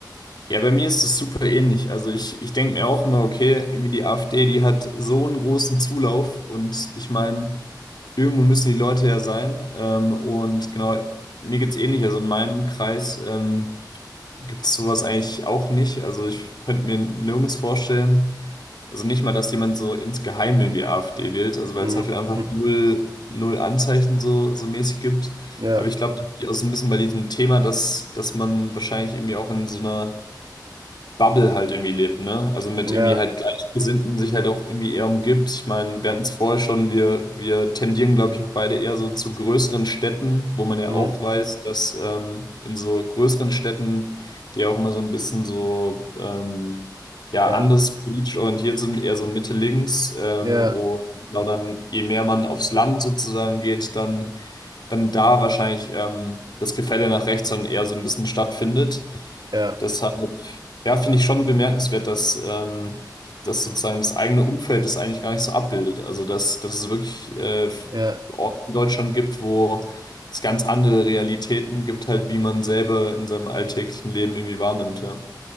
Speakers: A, on the left; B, on the right.
A: Ja, bei mir ist es super ähnlich. Also ich, ich denke mir auch immer, okay, irgendwie die AfD, die hat so einen großen Zulauf und ich meine, irgendwo müssen die Leute ja sein. Ähm, und genau, mir geht's ähnlich. Also in meinem Kreis ähm, gibt's sowas eigentlich auch nicht. Also ich könnte mir nirgends vorstellen, also nicht mal, dass jemand so insgeheim irgendwie AfD wählt, also weil
B: Hm,
A: es dafür einfach
B: hm,
A: null, null Anzeichen so, so mäßig gibt.
B: ja,
A: Aber ich glaube, das liegt auch so ein bisschen bei diesem Thema, dass, dass man wahrscheinlich irgendwie auch in so einer Bubble halt irgendwie lebt, ne? Also mit
B: ja,
A: irgendwie halt Gleichgesinnten sich halt auch irgendwie eher umgibt. Ich meine, wir hatten es vorher schon, wir, wir tendieren, glaube ich, auch beide eher so zu größeren Städten, wo man ja
B: hm,
A: auch weiß, dass ähm, in so größeren Städten, die ja auch immer so ein bisschen so ähm, ja,
B: ja,
A: anders politisch orientiert sind, eher so Mitte-Links. Ähm,
B: ja,
A: und genau dann, je mehr man aufs Land sozusagen geht, dann dann da wahrscheinlich ähm, das Gefälle nach rechts dann eher so ein bisschen stattfindet.
B: ja,
A: Deshalb, ja, finde ich schon bemerkenswert, dass ähm, das sozusagen das eigene Umfeld das eigentlich gar nicht so abbildet. Also, dass, dass es wirklich äh,
B: ja.
A: Orte in Deutschland gibt, wo es ganz andere Realitäten gibt, halt, wie man selber in seinem alltäglichen Leben irgendwie wahrnimmt. Ja,